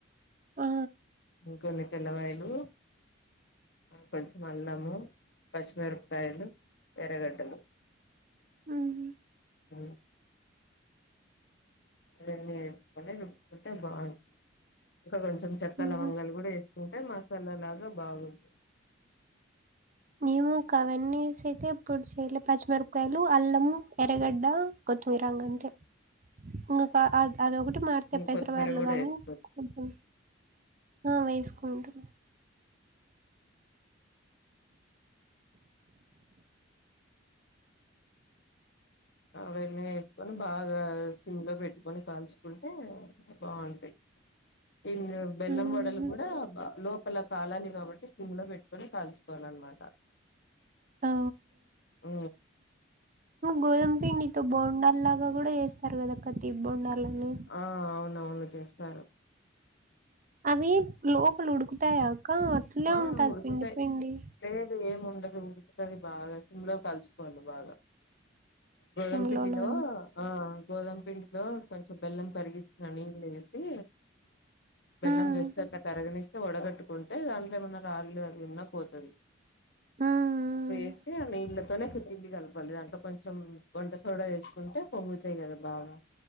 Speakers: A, on the right; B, on the left.
A: ఆ
B: ఇంకొన్ని తెల్లవాయిలు కొంచం అల్లము పచ్చిమిరపకాయలు ఎరగడ్డలు
A: ఉహు
B: ఉ ఇవ్వన్ని వేస్కుని రుబ్బుకుంటే బాగుం ఇంకా కొంచెం చెక్క
A: హుహు.
B: లవంగాలు కూడా వేసుకుంటే మసాలా లాగా బాగుంటాయి
A: ఏమోక అవన్ని వేసి అయితే ఎప్పుడు చేయలే పచ్చిమిరపకాయలు అల్లము ఎర్రగడ్డ కొత్తిమీర ఇంగ అంతే ఇంగ క అద్ అది ఒకటి మారుతాయ్ పెసర
B: కొత్తిమీర
A: బ్యాళ్లు
B: కూడా
A: కాని
B: వేసుకోవచ్చు
A: కొంచం ఆ వేసుకుంటం
B: అవన్నీ వేసుకొని బాగా సిమ్ లో పెట్టుకొని కాల్చుకుంటే బాగుంటాయి ఇన్ని బెల్లం
A: హుహు.
B: వడలు కూడా బ లోపల కాలని కాబట్టి సిమ్ లో పెట్టుకొని కాల్చుకోవాల అన్నమాట
A: ఆ!
B: ఊ
A: గోధుమ పిండితో బోండాల్ లాగా కూడా చేస్తారు కదక్క తీపి బోండాలని
B: ఆ అవునవును చేస్తారు
A: అవి లోపలు ఉడుకుతాయాక అట్లే
B: ఆ
A: ఉంటది
B: ఉడుకుతాయి
A: పిండి పిండి
B: లేదు ఏమి ఉండదు ఉంటది బాగా సిమ్లో కాల్చుకోవాలి బాగా గోధుమ
A: సిమ్‌లోనా?
B: పిండిలో ఆ గోదమపిండిలో కొంచెం బెల్లం కరిగించిన నీళ్లు వేసి బెల్లం
A: హ్మ్.
B: జస్ట్ అట్లా కరగనిస్ వడగట్టుకుంటే దాంట్లో ఏమన్నా రాళ్ళు అవి వున్న పోతది
A: హ్మ్. హ్మ్.
B: వేసి ఆ నీల్ తోనే పిండి కలపాలి దాంట్లో కొంచెం వంట సోడా వేసుకుంటే పొంగుతాయి కదా బాగా